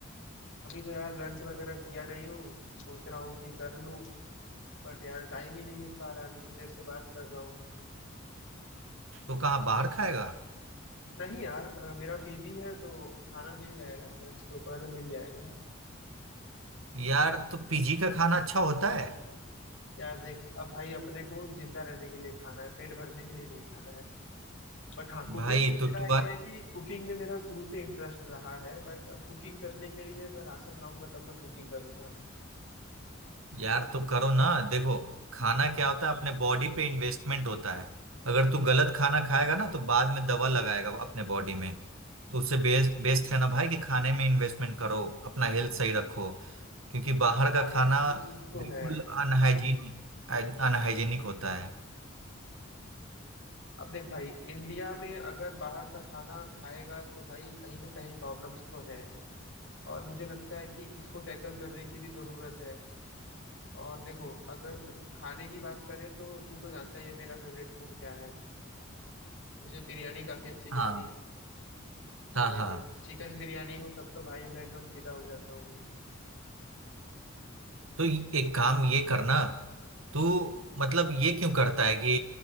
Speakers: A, on the left (about 70°); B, on the right (about 85°).
A: अभी तो यार लंच वगैरह किया नहीं हूँ सोच रहा हूँ कि कर लूं बट यार टाइम ही नहीं मिल पा रहा है अभी तो तेरे से बात कर रहा हूँ
B: तो कहाँ बाहर खाएगा
A: नहीं यार अ, मेरा पीजी है तो खाना मिल जाएगा लंच दोपहर में मिल जाएगा
B: यार तो पीजी का खाना अच्छा होता है
A: यार देख अब भाई अपने को जिंदा रहने के लिए खाना है पेट भरने के लिए नहीं खाना है बट हाँ कुकिंग
B: भाई
A: में
B: तो
A: मेरा
B: तू आ
A: ये है कि कुकिंग में मेरा शुरू से इंटरेस्ट रहा है बट अब कुकिंग करने के लिए मैं राशन लाऊंगा तब मैं कुकिंग करूंगा
B: यार तो करो ना देखो खाना क्या होता है अपने बॉडी पे इन्वेस्टमेंट होता है अगर तू गलत खाना खाएगा ना तो बाद में दवा लगाएगा अपने बॉडी में तो उससे बेस्ट बेस्ट है ना भाई कि खाने में इन्वेस्टमेंट करो अपना हेल्थ सही रखो क्योंकि बाहर
A: हाँ
B: का खाना
A: यार वो चीज तो
B: बिल्कुल
A: है
B: अनहाइजीनिक अनहाइजीनिक होता है
A: अब देख भाई इंडिया में अगर बाहर का खाना खाएगा तो भाई कहीं ना कहीं प्रॉब्लम्स तो है और मुझे लगता है कि इसको टैकल करने की भी जरूरत है और देखो अगर खाने की बात करें तो तू तो जानता ही है मेरा फेवरेट फूड क्या है मुझे बिरयानी काफी अच्छी लगती
B: हाँ
A: है और
B: हाँ
A: अगर
B: हाँ
A: चिकन बिरयानी हो तब तो भाई मैं एकदम फिदा हो जाता हूँ
B: तो ये- एक काम ये करना तू मतलब ये क्यों करता है कि